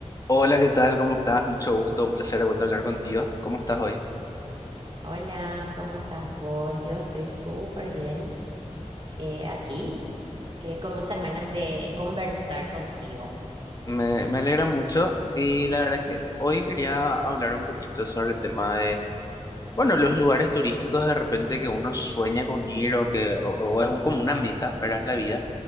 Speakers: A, on the left; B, on the right.
A: Hola, ¿qué tal? ¿Cómo estás? Mucho gusto, un placer de vuelta a hablar contigo. ¿Cómo estás hoy?
B: Hola, ¿cómo estás vos? Yo estoy súper bien eh, aquí, eh, con muchas ganas de conversar contigo.
A: Me, me alegra mucho y la verdad que hoy quería hablar un poquito sobre el tema de, bueno, los lugares turísticos de repente que uno sueña con ir o que o, o es un- como una meta, ¿verdad? En la vida.